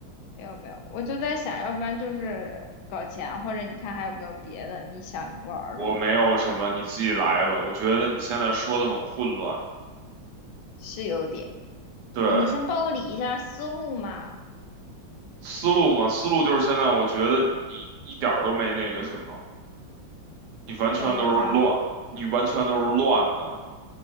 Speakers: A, on the left (about 85°); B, on the right (about 70°).
A: 没有没有，我就在想，要不然就是搞钱，或者你看还有没有别的你想玩儿的，
B: 我没有什么，你自己来吧。我觉得你现在说的很混乱，
A: 是有点。
B: 对，
A: 哎，你先帮我理一下思路嘛，
B: 思路嘛，思路就是现在我觉得你一点儿都没那个什么，你完全都是乱，
A: 一点儿没啥。
B: 你完全都是乱的。